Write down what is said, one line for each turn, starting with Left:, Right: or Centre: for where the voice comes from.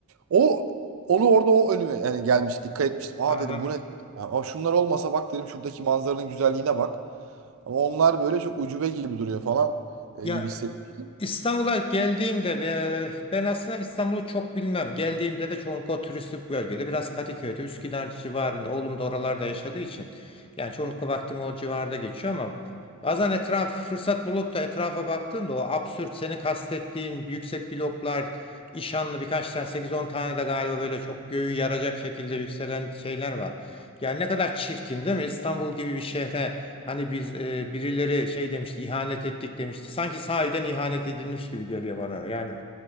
Right: O onu orada o önüme yani gelmişti dikkat etmiştim.
Left: Aha.
Right: Aa dedim bu ne? Ya, "Aa, şunlar olmasa bak dedim şuradaki manzaranın güzelliğine bak. Ama onlar böyle çok ucube gibi duruyor falan e,
Left: Ya
Right: gibi hissettim.
Left: İstanbul'a geldiğimde ve- ben aslında İstanbul'u çok bilmem. Geldiğimde de çoğunlukla o turistik bölgede biraz Kadıköy'de, Üsküdar civarında. Oğlum da oralarda yaşadığı için. Yani çoğunlukla vaktim o civarda geçiyor ama bazen etraf fırsat bulup da etrafa baktığımda o absürt seni kastettiğin yüksek bloklar, işanlı birkaç tane sekiz on tane de galiba böyle çok göğü yaracak şekilde yükselen şeyler var. Yani ne kadar çirkin değil mi? İstanbul gibi bir şehre Hani biz e, birileri şey demişti, ihanet ettik demişti. Sanki sahiden ihanet edilmiş gibi geliyor bana. Yani